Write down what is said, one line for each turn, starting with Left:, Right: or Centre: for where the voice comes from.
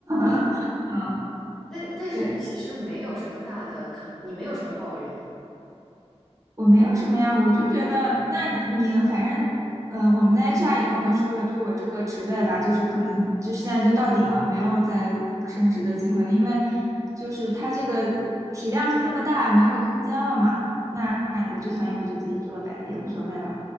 Right: <laughs> 嗯，
Centre: 那但是你其实没有什么大的
Right: 对。
Centre: c 你没有什么抱怨。
Right: 我没有什么呀，我就觉得，那你反正，嗯、我们的 HR 也跟我说了，就我这个职位吧，就是可能就现在就到顶了，没有再升职的机会了，因为就是它这个体量就这么大，没有空间了嘛。那我就想要不就自己做呗，也无所谓了，